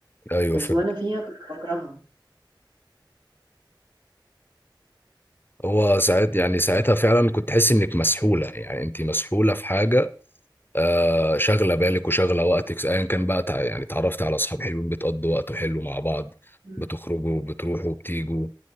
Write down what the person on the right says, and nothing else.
بس
وانا فيها كنت بكرهها
مم.